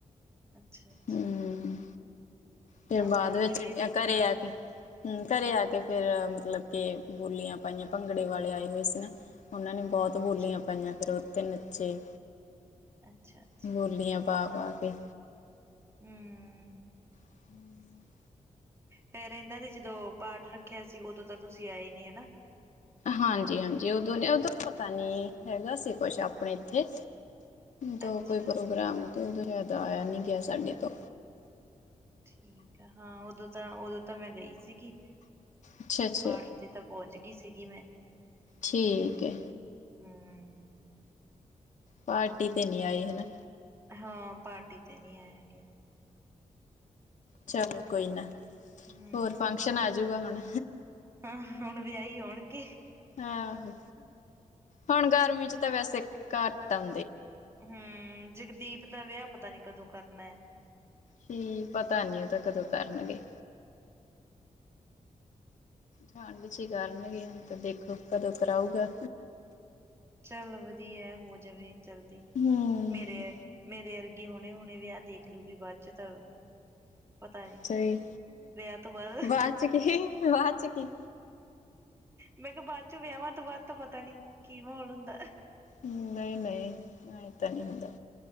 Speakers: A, on the right (about 20°); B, on the left (about 65°).
A: ਅੱਛਾ ਅੱਛਾ।
B: ਹਮ ਫਿਰ
A: ਹਾਂ ਮੈਂ
B: ਬਾਅਦ
A: ਵੀ
B: ਵਿੱਚ
A: ਵੀਡੀਓ ਦੇਖੀਆਂ
B: ਘਰੇ
A: ਸੀ
B: ਆ ਕੇ ਹਮ। ਘਰੇ ਆ ਕੇ ਫੇਰ ਮਤਲਬ ਕੇ ਬੋਲੀਆਂ ਪਾਈਆਂ, ਭੰਗੜੇ ਵਾਲੇ ਆਏ ਹੋਏ ਸੀ ਨਾ। ਉਹਨਾਂ ਨੇ ਬਹੁਤ
A: ਅੱਛਾ
B: ਬੋਲੀਆਂ ਪਾਈਆਂ ਫਿਰ ਤੇ ਨੱਚੇ
A: ਅੱਛਾ ਅੱਛਾ
B: ਬੋਲੀੀਆਂ ਪਾ ਪਾ ਵੀ
A: ਹਮ
B: ਹਮ
A: ਫੇਰ ਇਹਨਾਂ ਦੇ ਜਦੋਂ ਪਾਠ ਰੱਖਿਆ ਸੀ। ਉਦੋਂ ਤਾਂ ਤੁਸੀਂ ਆਏ ਨੀ ਹੈ
B: ਹਾਂਜੀ ਹਾਂਜੀ। ਉਦੋਂ ਨੇ ਉਦੋਂ ਪਤਾ ਨੀ ਹੈਗਾ ਸੀ ਕੁਛ। ਆਪਣੇ ਇੱਥੇ ਤੋਂ
A: ਅੱਛਾ
B: ਕੋਈ ਪ੍ਰੋਗਰਾਮ ਉਹਦੋਂ ਫਿਰ ਆਇਆ ਨਹੀਂ ਗਿਆ ਸਾਡੇ ਤੋਂ
A: ਠੀਕ ਆ। ਹਾਂ ਉਦੋਂ ਤਾਂ ਉਦੋਂ ਤਾਂ ਮੈਂ ਗਈ ਸੀਗੀ।
B: ਅੱਛਾ ਅੱਛਾ
A: ਪਾਠ ਤੇ ਤਾਂ ਪਹੁੰਚ ਗਈ ਸੀ ਸੀਗੀ ਮੈਂ
B: ਠੀਕ ਹੈ
A: ਹੂੰ
B: ਪਾਰਟੀ ਤੇ ਨੀ ਆਏ ਹਨਾ
A: ਹਾਂ ਪਾਰਟੀ ਤੇ ਨਹੀਂ ਆਇਆ ਗਿਆ।
B: ਚਲੋ ਕੋਈ ਨਾ
A: ਹੂੰ
B: ਹੋਰ ਫੰਕਸ਼ਨ ਆਜੂਗਾ ਹੁਣ
A: ਹਾਂ ਹੁਣ ਵਿਆਹੀ ਆਉਣਗੇ।
B: ਆਹੋ ਹੁਣ ਗਰਮੀ ਚ ਤਾਂ ਵੈਸੇ ਘਟ ਹ
A: ਹਮ ਜਗਦੀਪ ਦਾ ਵਿਆਹ ਪਤਾ ਨੀ ਕਦੋਂ ਕਰਨਾ।
B: ਕੀ ਪਤਾ ਨੀ ਉਹ ਤਾਂ ਕਦੋਂ ਕਰਨਗੇ। ਠੰਡ ਚ ਹੀ ਕਰਨਗੇ ਹੁਣ ਤੇ ਦੇਖੋ ਕਦੋਂ ਕਰਾਊਗਾ।
A: ਚੱਲ ਵਧੀਆ ਹੋ ਜਾਵੇ ਜਲਦੀ
B: ਹਮ
A: ਮੇਰੇ ਮੇਰੇ ਯਰ। ਇਹ ਹੁਣੇ ਹੁਣੇ ਵਿਆਹ ਦੇਖ ਲੂਗੀ ਬਾਅਦ ਚ ਤਾਂ ਪਤਾ ਨੀ
B: ਸਹੀ
A: ਵਿਆਹ ਤੋਂ ਬਾਅਦ
B: ਬਾਦ ਚ ਕੀ ਬਾ ਚ ਕੀ
A: ਮੈਂ ਕਿਹਾ ਬਾਅਦ ਚ ਵਿਆਹਵਾਂ ਤੋਂ ਬਾਅਦ ਤਾਂ ਪਤਾ ਨੀ ਕੀ ਮਾਹੌਲ ਹੁੰਦਾ।
B: ਨਹੀਂ, ਨਹੀਂ ਇਹ ਤਾਂ ਨਹੀ ਹੁੰਦਾ।